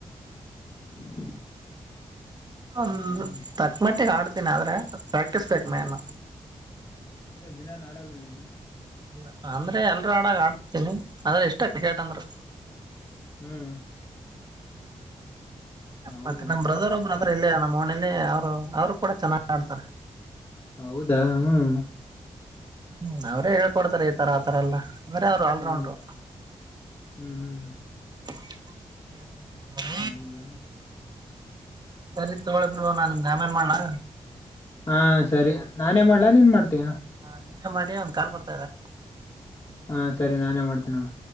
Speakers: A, on the left (about 45°); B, on the right (about 35°).
A: <inaudible>
B: ಒ
A: ಹ್ಮ್
B: ತಕ್ಮಟ್ಟಿಗೆ ಆಡ್ತೀನಿ ಆದ್ರೆ ಪ್ರಾಕ್ಟಿಸ್
A: ಹ್ಮ್
B: ಬೇಕ್ ಮೇನ್.
A: ಅಂದ್ರೆ ದಿನಲಿ ಆಡಲ್ಲ ನೀನು.
B: ಇಲ್ಲ ಅಂದ್ರೆ ಎಲ್ರೂ ಆಡ ಆಡ್ತೀ ಆದ್ರೆ. ಇಷ್ಟ ಕ್ರಿಕೆಟ್ ಅಂದ್ರೆ.
A: ಹ್ಮ್ ಹೌದಾ
B: ಮತ್ತೆ ನಮ್ಮ್ ಬ್ರದರ್ ಒಬ್ಬ್ರದರ್ ಇಲ್ಲೇ ನಮ್ಮ್ ಓನಲ್ಲೇ ಅವರು ಕೂಡ ಚೆನ್ನಾಗ್ ಆಡ್ತಾರೆ.
A: ಹೌದಾ ಹ್ಮ.
B: ಹ್ಮ್ ಅವರೇ ಹೇಳ್ಕೊಡ್ತಾರೆ ಈ ತರ ಆತರ ಎಲ್ಲ ಅಂದ್ರೆ ಅವ್ರು ಆಲ್ರೌಂಡರು.
A: ಹ್ಮ್ ಹ್ಮ್ ಹ್ಮ್
B: <unintelligible>
A: ಹೌದ.
B: ಸರಿ ತಗಳ ಬಿಡ್ವ ನ ನಿಮ್ ಗೆ ಆಮೇಲೆ ಮಾಡ್ಲಾ.
A: ಹಾ ಸರಿ ನಾನೇ ಮಾಡ್ಲಾ ನೀನ್ ಮಾಡ್ತೀಯ.
B: ಹಾ ನೀನ್ ಮಾಡಿ ಒಂದ್ ಕಾಲ್ ಬರ್ತ ಇದೇ.
A: ಹಾ ಸರಿ ನಾನೇ ಮಾಡ್ತೀನ ನೋಡ.